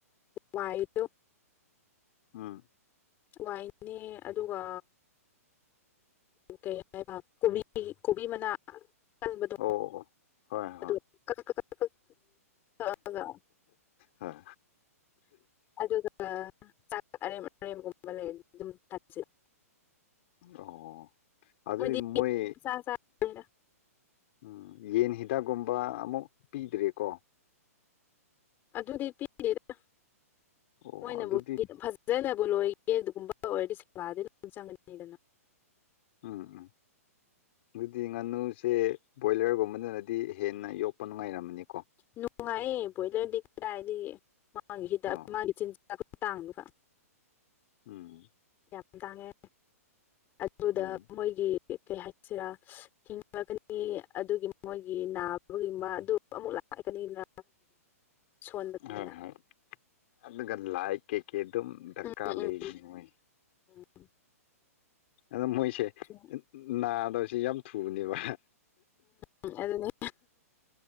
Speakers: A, on the left (about 25°); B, on the left (about 50°).
A: ꯋꯥꯏꯗꯣ
B: ꯎꯝ
A: ꯋꯥꯏꯅꯦ ꯑꯗꯨꯒ ꯀꯩ ꯍꯥꯏꯕ ꯀꯣꯕꯤ ꯀꯣꯕꯤ ꯃꯅꯥ ꯀꯟꯕꯗꯣ
B: ꯑꯣ ꯑꯣ ꯍꯣꯏ ꯍꯣꯏ
A: ꯑꯗꯨꯒ ꯀꯛ ꯀꯛ ꯀꯛ ꯀꯛ ꯀꯛꯑꯒ
B: ꯍꯣꯏ
A: ꯑꯗꯨꯒ ꯒ ꯆꯥꯛ ꯑꯔꯦꯝ ꯑꯔꯦꯝꯒꯨꯝꯕ ꯂꯩꯔꯗꯤ ꯗꯨꯝ ꯊꯥꯠꯆꯤꯠ
B: ꯑꯣ ꯑꯗꯨꯗꯤ
A: ꯃꯣꯏꯗꯤ
B: ꯃꯣꯏ
A: ꯆꯥ ꯆꯥꯅꯤꯗ
B: ꯎꯝ ꯌꯦꯟ ꯍꯤꯗꯥꯛꯒꯨꯝꯕ ꯑꯃꯨꯛ ꯄꯤꯗ꯭ꯔꯦꯀꯣ
A: ꯑꯗꯨꯗꯤ ꯄꯤꯗꯦꯗ
B: ꯑꯣ
A: ꯃꯣꯏꯅꯕꯨ
B: ꯑꯗꯨꯗꯤ
A: ꯏꯗꯝ ꯐꯖ ꯐꯖꯅꯕꯨ ꯂꯣꯏꯒꯦ ꯑꯗꯨꯒꯨꯝꯕ ꯑꯣꯏꯔꯗꯤ ꯁꯦꯕꯥꯗꯤ ꯑꯗꯨꯝ ꯆꯪꯒꯅꯤꯗꯅ
B: ꯎꯝ ꯎꯝ ꯑꯗꯨꯗꯤ ꯉꯥꯅꯨꯁꯦ ꯕꯣꯏꯂꯔꯒꯨꯝꯕꯅꯗꯤ ꯍꯦꯟꯅ ꯌꯣꯛꯄ ꯅꯨꯡꯉꯥꯏꯔꯝꯃꯅꯤꯀꯣ
A: ꯅꯨꯡꯉꯥꯏꯌꯦ ꯕꯣꯏꯂꯔꯗꯤ ꯀꯗꯥꯏꯗꯏ ꯃꯥꯒꯤ ꯍꯤꯗ
B: ꯑꯣ
A: ꯃꯥꯒꯤ ꯆꯤꯆꯥꯛ ꯀꯨꯇꯥꯡꯗꯨ ꯒ
B: ꯎꯝ
A: ꯌꯥꯝ ꯇꯥꯡꯉꯦ ꯑꯗꯨꯗ
B: ꯎꯝ
A: ꯃꯣꯏꯒꯤ ꯀꯩ ꯍꯥꯏꯠꯁꯤꯔꯥ ꯍꯤꯡꯉꯛꯀꯅꯤ ꯑꯗꯨꯒꯤ ꯃꯣꯏꯒꯤ ꯅꯥꯕꯏꯝꯃ ꯑꯗꯨ ꯑꯃꯨꯛ ꯂꯥꯛꯀꯅꯤꯅ ꯁꯣꯟꯕꯃꯤꯅꯥ
B: ꯍꯣꯏ ꯍꯣꯏ ꯑꯗꯨꯒ ꯂꯥꯏꯛ ꯀꯩꯀꯦ ꯑꯗꯨꯝ ꯗꯔꯀꯥ
A: ꯎꯝ ꯎꯝ
B: ꯂꯩꯔꯤ ꯃꯣꯏꯁꯦ
A: ꯎꯝ
B: ꯑꯗꯨ ꯃꯣꯏꯁꯦ
A: ꯎꯝ
B: ꯅꯥꯗꯁꯨ ꯌꯥꯝ ꯊꯨꯕꯅꯦꯕ
A: ꯎꯝ ꯑꯗꯨꯅꯦ